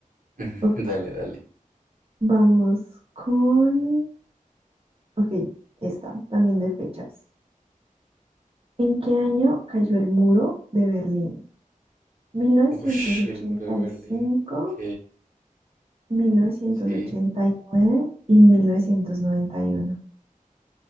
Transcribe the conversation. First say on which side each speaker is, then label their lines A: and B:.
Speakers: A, on the right; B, on the right.
A: <laughs>
B: Ok,
A: Dale, dale.
B: vamos con... Ok, esta, también de fechas. ¿En qué año cayó el muro de Berlín? mil novecientos
A: Ush,
B: ochenta
A: el muro de Merlín.
B: y cinco
A: Ok,
B: mil mil novecientos
A: sí.
B: novecientos ochenta y y y nueve noventa y uno